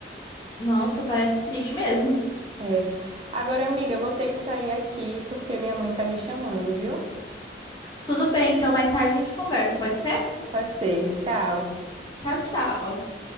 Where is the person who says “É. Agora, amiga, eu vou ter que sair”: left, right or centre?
Right